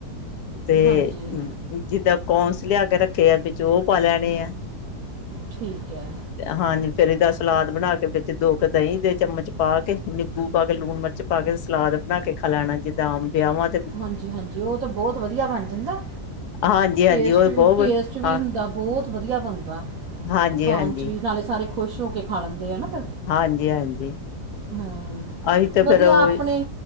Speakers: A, on the left; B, on the right.
A: ਤੇ
B: ਹਾਂਜੀ
A: ਜਿੱਦਾਂ ਕੌਨਸ ਲਿਆ ਕੇ ਰੱਖੇ ਆ ਵਿੱਚ ਉਹ ਪਾ ਲੈਣੇ ਆ
B: ਠੀਕ ਹੈ
A: ਹਾਂਜੀ ਫੇਿਰ ਇਹਦਾ ਸਲਾਦ ਬਣਾ ਕੇ ਵਿੱਚ ਦੋ ਕੁ ਦਹੀਂ ਦੇ ਚਮਚ ਪਾ ਕੇ ਨਿੰਬੂ ਪਾ ਕੇ ਲੂਣ ਮਿਰਚ ਪਾ ਕੇ ਸਲਾਦ ਬਣਾ ਕੇ ਖਾ ਲੈਣਾ ਜਿੱਦਾਂ ਆਮ ਵਿਆਹਵਾਂ
B: ਹਾਂਜੀ ਹਾਂਜੀ ਉਹ ਤਾਂ ਬਹੁਤ ਵਧੀਆ ਬਣ ਜਾਂਦਾ
A: ਹਾਂਜੀ
B: ਟੇਸਟ
A: ਹਾਂਜੀ ਉਹ ਬਹੁਤ
B: ਟੇਸਟ
A: ਵ
B: ਵੀ
A: ਹਾਂ
B: ਹੁੰਦਾ ਬਹੁਤ ਵਧੀਆ ਬਣਦਾ
A: ਹਾਂਜੀ
B: ਖਾਣ
A: ਹਾਂਜੀ
B: ' ਵੀ ਨਾਲੇ ਸਾਰੇ ਖੁਸ਼ ਹੋ ਕੇ ਖਾ ਲੈਂਦੇ ਹੈ ਨਾ ਫਿਰ
A: ਹਾਂਜੀ ਹਾਂਜੀ
B: ਹਮ
A: ਅਸੀਂ ਤੇ ਫੇਰ
B: ਵਧੀਆ
A: ਉਹ
B: ਆਪਣੇ